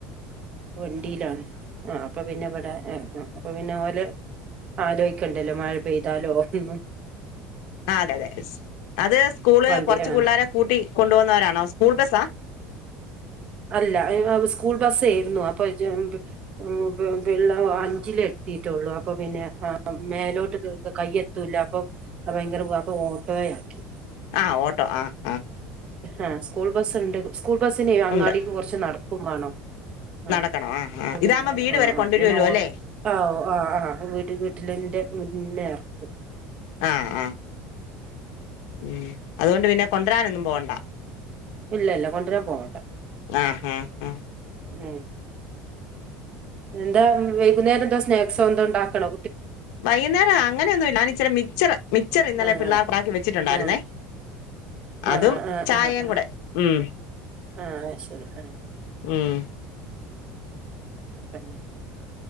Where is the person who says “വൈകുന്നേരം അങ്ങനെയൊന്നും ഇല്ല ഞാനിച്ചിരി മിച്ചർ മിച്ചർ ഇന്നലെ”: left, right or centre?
Left